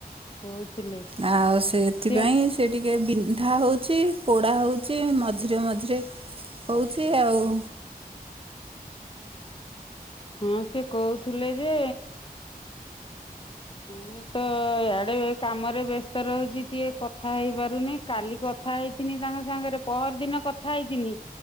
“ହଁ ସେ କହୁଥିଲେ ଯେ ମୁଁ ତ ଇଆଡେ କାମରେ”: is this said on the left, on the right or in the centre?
Left